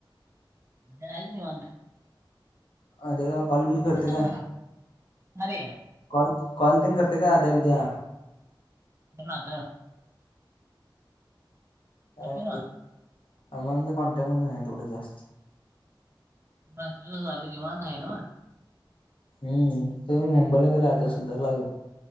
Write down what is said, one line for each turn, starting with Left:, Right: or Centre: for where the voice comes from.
Right: दळायच निवांत.
Left: अद्या काय कॉल बिल
Right: फोन
Left: करतंय
Right: केला चांगला
Left: काय?
Right: मला अरे
Left: कॉल कॉल तेन करतय काय आध्या बिद्या?
Right: करनातं करते
Left: काय म्हणते
Right: ना
Left: अमाऊंट तर कॉन्टॅ मध्ये नाही तेवढं जास्त.
Right: म तुझा झाले निवांत आहे ना.
Left: हम्म तो मुंबईला गेला आता सुद्धा लाइव.